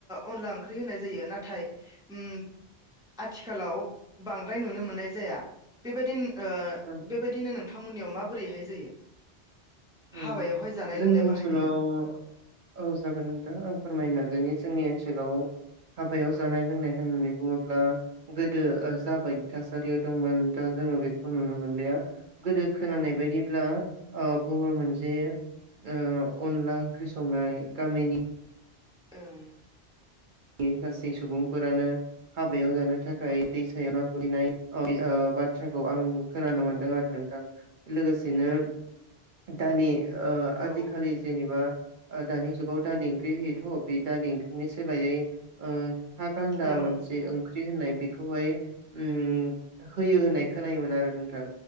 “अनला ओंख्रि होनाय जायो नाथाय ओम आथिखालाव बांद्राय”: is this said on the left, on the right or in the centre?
Centre